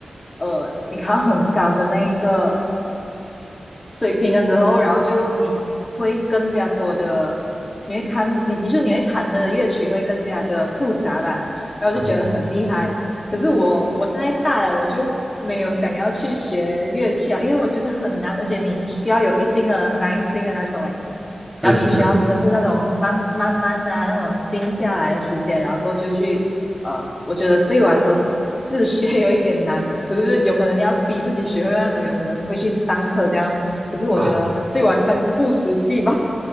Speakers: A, on the left; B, on the right.
A: 呃，你考到很高的那个水平的时候，然后就你会更加多的，你会看，你你说你会弹的乐曲会更加的复杂吧，然后就觉得很厉害。
B: 啊，
A: 可是我我现在大了，我就没有想要去学乐器啊，因为我觉得很难，而且你需要有一定的耐心的那种，诶，
B: 对对对，
A: 然后你需要真的是那种慢慢慢的，那种静下来的时间，然后过就去呃，我觉得对我来说自学有一点难，<laughs> 可是有可能你要逼自己学会那种，有可能会去上课这样，可是我觉得对我来说还是不实际吧。
B: 啊